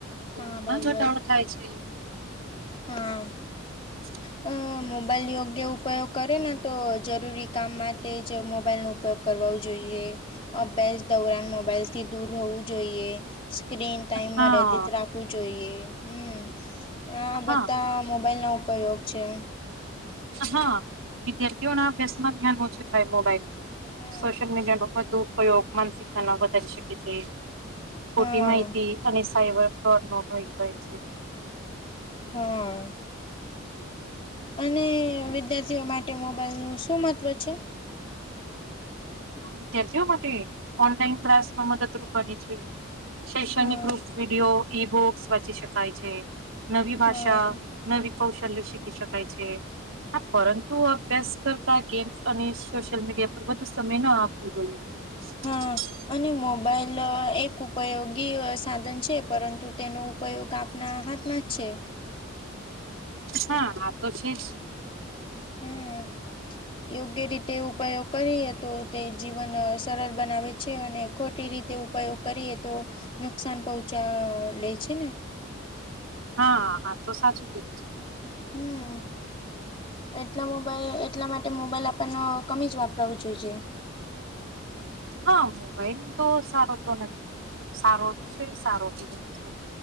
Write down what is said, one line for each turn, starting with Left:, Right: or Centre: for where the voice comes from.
Left: હા
Right: ઉમાં
Left: બરાબર
Right: ઘટાડો થાય છે.
Left: હા
Right: <inaudible>
Left: અ મોબાઈલ યોગ્ય ઉપયોગ કરે ને તો જરૂરી કામ માટે જ મોબાઈલનો ઉપયોગ કરવાવુ જોઈએ, અબ્યાસ દોરાણ મોબાઈલથી દૂર રહેવું જોઈએ. સ્ક્રીન ટાઈમ
Right: હા
Left: મર્યાદિટ રાખવું જોઈએ. હમ... આ
Right: હા
Left: બધા
Right: તો છે
Left: મોબાઈલનો ઉપયોગ છે.
Right: હા વિદ્યાર્થીઓ ના અભ્યાસ માં ધ્યાન ઓછું થાય મોબાઈલ
Left: હા
Right: સોશિયલ મીડિયા નો વધુ ઉપયોગ માનસિકતા ન વધારી શકે છે. ખોટી
Left: હા
Right: માહિતી અને સાયબર ફ્રોડ નો ભય રહે છે.
Left: હ અને વિદ્યાર્થીઓ માટે મોબાઈલનું શું મહત્ત્વ છે?
Right: વિદ્યાર્થીઓ માટે ઓનલાઈન ક્લાસમાં મદદરૂપ બની છે, શૈક્ષણિક
Left: હા
Right: રૂપ વિડીયો, ઈ બુક્સ વાંચી શકાય છે, નવી ભાષા,
Left: હા
Right: નવી કૌશલ્ય શીખી શકાય છે, હા પરંતુ અભ્યાસ કર તા ગેમ્સ અને સોશિયલ મીડિયા પર વધુ સમય ના આપવું જોઈએ. અચ્છા
Left: હા અને મોબાઈલ એક ઉપયોગી સાધન છે પરંતુ તેનો ઉપયોગ કાપના હાથમાં જ છે.
Right: હા, આ તો છે જ. <inaudible>
Left: હમ યોગ્ય રીટે ઉપાયો કરીએ તો તે જીવન સરળ બનાવે છે અને ખોટી રીતે ઉપયોગ કરીએ તો નુકસાન પહોંચા લે છે ને.
Right: હા, આ તો સાચું કીધું છે.
Left: હમ્મ એટલે મોબાઈલ એટલા માટે મોબાઈલ આપણને કમી જ વાપરાવું જોઈએ.
Right: હા મોબાઈલ તો સારો તો નથી, સારો ભી છે, સારો ભી નથી.